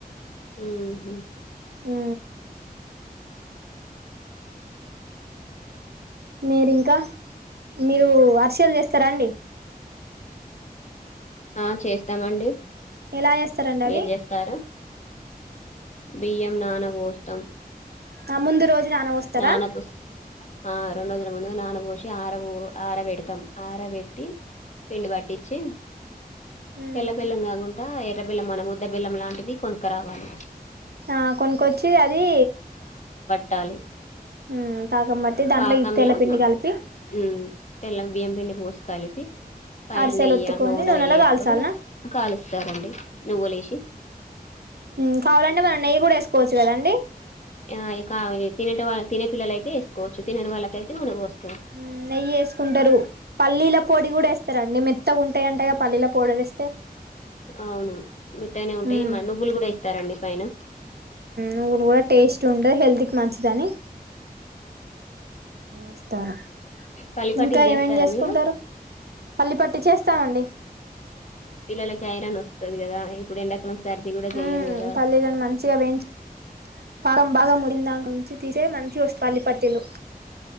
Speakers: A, on the left; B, on the right.
A: ఉమ్ ఉమ్.
B: వ మీరు ఇంకా మీరు వర్షలు చేస్తారా అండి
A: ఆ చేస్తామండి
B: ఎలా చేస్తారండి అవి
A: మీరు చేస్తారా బియ్యం నానవోస్తం
B: కా ముందు రోజు నానవోస్తారా
A: నానబోసి ఆ రెండు రోజుల ముందుగా నాన పోసి ఆర వో ఆర వెడతాం ఆర పెట్టి పిండి పట్టించి
B: ఉమ్
A: తెల్లబెల్లం కాకుండా ఎర్ ఉద్ద బిల్లం మనము ఉద్ద బెల్లం లాంటిది కొనుకరావాలి
B: ఆ కొనుకచ్చి అది
A: టాలి
B: ఉమ్ పాకం బట్టి దాంట్లో
A: పాకంలా
B: ఈ తెల్ల పిండి కలిపి
A: ఉ తెల్ల బియ్యం పిండి పోసి కలిపి పైన
B: అరిసెలు
A: నెయ్యి
B: ఒత్తుకొని
A: నూన
B: నూనెలో
A: వేసుకొని
B: కాల్చాలనా
A: కాలుస్తారండి నువ్వులు ఏసి
B: ఉమ్ కావాలంటే మనం నెయ్యి కూడా వేకోవచ్చు కదండి
A: ఆ, ఇక తినేట వాళ్ళ తినే పిల్లలు అయితే ఏసుకోవచ్చు తినని వాళ్ళకు అతే నూనె పోసు
B: ఉ నెయ్యి వేసుకుంటారు పల్లీల పొడి కూడా వేస్తారు అండి మెత్తగున్ పేంటేయ్ అంటాయా పల్లిలా పౌడర్ ఏసు
A: అవును మెత్తాగానే ఉంటాయి
B: ఉమ్
A: మ నువ్వులు కూడా ఏయ్ తారండి పైన
B: నువ్వులు కూడా టేస్ట్ ఉంటుది హెల్త్ కి మంచిదని వొస్తారా
A: పల్లిపట్టీలు
B: ఇంకా
A: చేస్తారా
B: ఏమేం చేసుకుంటారు
A: మీరు
B: పల్లి పట్టి చేస్తామండి
A: పిల్లలకి ఐరన్ వస్తాది కదా ఇప్పుడు ఎండా కు ఉమ్ సర్ది కూడా చెయదు
B: ఉమ్
A: కదా
B: పల్లీలను మంచిగా వేయించి పాకం బాగా ముడింద నుంచి తీసే మంచిగా వస్తు పల్లి పట్టీలు